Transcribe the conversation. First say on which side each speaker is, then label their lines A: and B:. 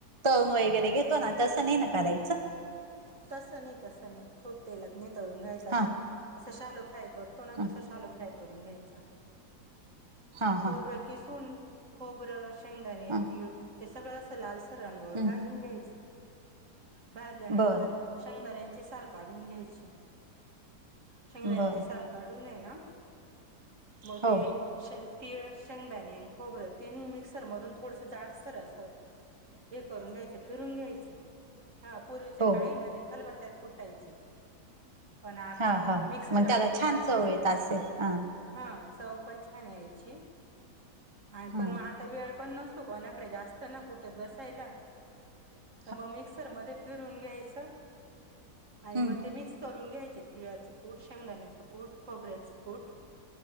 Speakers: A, on the right; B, on the right.
A: तण वगैरे घेतो ना तसं नाही ना. करायचं
B: तस नाही तस नाही खूप तेलात न तळून घ्यायच पण
A: हा
B: असं शालो फ्राय करतो ना
A: हा
B: तसं शालो फ्राय करून घ्यायचा
A: हा
B: खोबरं
A: हा
B: किसून खोबरं शेंगदाणे
A: हा
B: तिळ ते सगळं असं लाल रांंगावर
A: हम्म
B: भाजून घ्यायचं. भाजल्यानंतर
A: बरं
B: शंगदाऱ्यांची साल काढून घ्यायचे. शंगदाण्याची
A: बरं
B: साल काढूनय ना मग
A: हो
B: ते. शे तीळ शेंगदाणी खोबरं ति मिक्सर मधून थोडसं जाडसर अस हे करून घ्यायचं फिरून घ्यायचं. हा पूर्वीच्या
A: हो
B: काही ना ते खलबत्त्यात कुटायचे. पण आता
A: हा हा
B: मिक्सर
A: मग
B: राहतो
A: त्याला छान
B: ना मग.
A: चव येत असेल हा
B: हा चव पण छान आहे याची आणि
A: हा
B: पण मग आ आता वेळ पण नसतो कोणाकडे जास्त ना कुठत बसायला.
A: ह
B: तर मग मिक्सर मध्ये फिरून घ्यायचं आणि
A: हम्म
B: मग ते मिक्स करून घ्यायचे तिळ्याचं कूट शेंगदाण्याच कूट खोबऱ्याचं कूट